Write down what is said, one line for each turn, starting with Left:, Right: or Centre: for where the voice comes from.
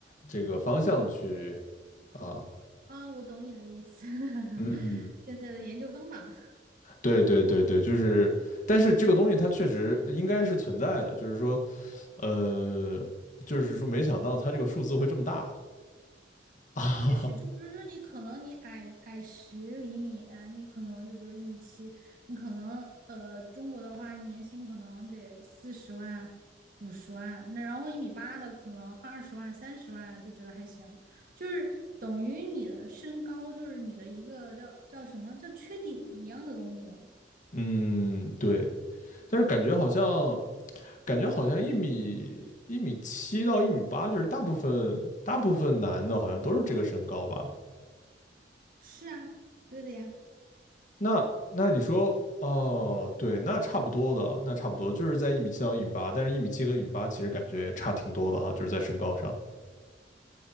Left: 这个方向去啊，
Right: 啊，我懂你的意思。
Left: 嗯，
Right: <laughs> 现在的研究方法嘛，
Left: 对对对对，就是，但是这个东西它确实应该是存在的，就是说，呃，就是说没想到它这个数字会这么大啊，
Right: 确实就比如说你可能你矮矮十厘米，呃你可能就比如一米七，你可能呃中国的话年薪可能得四十万、五十万，那然后一米八的可能二十万、三十万就觉得还行，就是等于你的身高就是你的一个叫叫什么叫缺点一样的东西。
Left: <laughs> 嗯，对，但是感觉好像感觉好像一米一米七到一米八，就是大部分大部分男的好像都是这个身高吧？
Right: 是啊，对的呀。
Left: 那那你说哦，对，那差不多的，那差不多就是在一米七到一米八，但是一米七和一米八其实感觉差挺多的哈，就是在身高上。